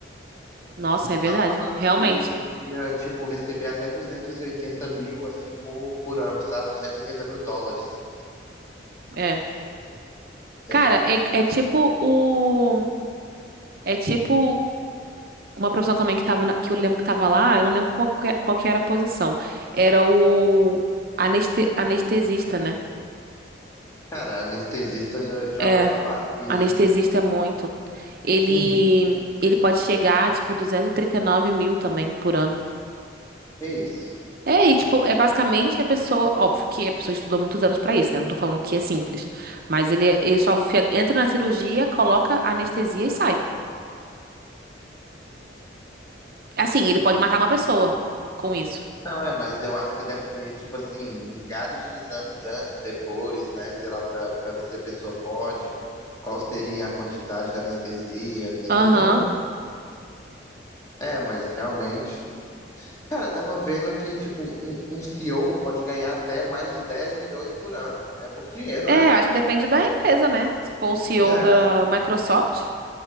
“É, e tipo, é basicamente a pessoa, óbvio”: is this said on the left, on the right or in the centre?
Right